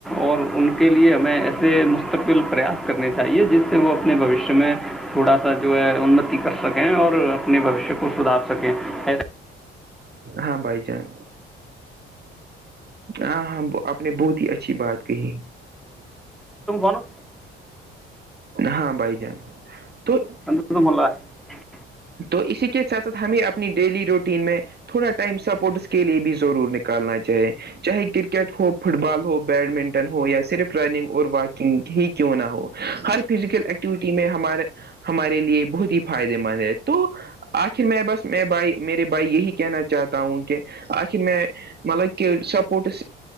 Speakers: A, in the centre; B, on the right.
A: اور ان کے لیے ہمیں ایسے مستقبل پریاس کرنی چاہیے جس سے وہ اپنے بھوشیہ میں تھوڑا سا جو ہے اننتی کر سکیں اور اپنے بھوشیہ کو سدھار سکیں ایسا
B: ہاں بھائی جان ہاں ہاں آپ نے بہت ہی اچھی بات کہی
A: تم کون ہو
B: ہاں بھائی جان تو
A: سندوشم ال ہے <inaudible>
B: تو اسی کے ساتھ ساتھ ہمیں اپنی ڈیلی روٹین میں تھوڑا ٹائم سپورٹس کے لیے بھی ضرور نکالنا چاہے چاہے کرکٹ ہوپ فٹ بال ہو بیڈمنٹن ہو یا صرف رننگ اور واکنگ ہی کیوں نہ ہو ہر فزیکل ایکٹیویٹی میں ہمارے ہمارے لیے بہت ہی فائدے مند ہے تو آخر میں بس میں بھائی میرے بھائی یہی کہنا چاہتا ہوں کہ آخر میں مطلب کہہ سپورٹس